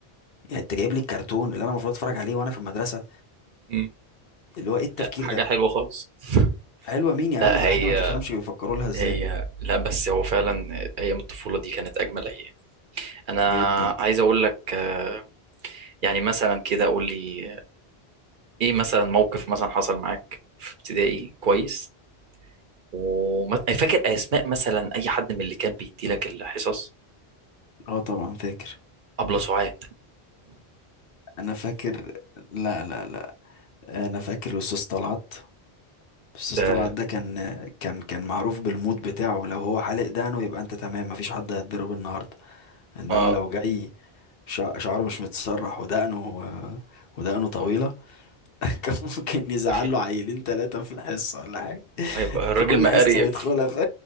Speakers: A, on the left; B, on the right.
A: يعني انت جايب لي الكرتون اللي انا المفروض اتفرج عليه وانا في المدرسه
B: مم.
A: اللي
B: <laughs>
A: هو ايه التفكير
B: لا، حاجه
A: ده
B: حلوه خالص <laughs>
A: حلوه مين يا
B: لا
A: عم دي
B: هي
A: حاجه ما تفهمش بيفكروا لها ازاي
B: هي لا بس هو فعلا ايام الطفوله دي كانت اجمل ايام انا
A: جدا
B: عايز اقول لك آه، يعني مثلا كده قول لي ايه مثلا موقف مثلا حصل معاك في ابتدائي كويس وفاكر اسماء مثلا اي حد من اللي كان بيدي لك الحصص
A: اه طبعا فاكر
B: ابله سعاد
A: انا فاكر لا لا لا انا فاكر الاستاذ طلعت بس
B: ده
A: طلعت ده كان كان كان معروف بالمود بتاعه لو هو حالق دقنه يبقى انت تمام مفيش حد هيتضرب النهارده انما
B: اه
A: لو جاي شع- شعره مش متسرح ودقنه ودقنه طويله <laughs> كان ممكن يزعل
B: يبقى فيه
A: له عيلين ثلاثه في الحصه ولا حاجه
B: اه يبقى الراجل
A: في كل
B: مقريف
A: حصه بيدخلها ف...